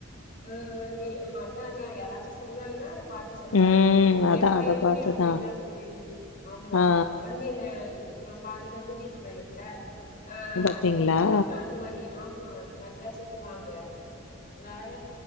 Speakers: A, on the left (about 45°); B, on the left (about 75°).
A: ம் ம் நீ அதா அதா யாராச்சு சொன்னாங்கனா பாத்து சொல்றாங்க
B: ம் அதா
A: எ பையனுமே
B: அத பாத்துதா
A: அப்டி தா தோழி ஆமா
B: ஆ
A: வந்து என்ன இவ பாதில கூட்டிட்டு போய்ருங்க ஆ
B: பாத்தீங்களா
A: அதுக்கப்பறமா அது மாரி ஆமா நறையா சொல்லுவாங்க வேற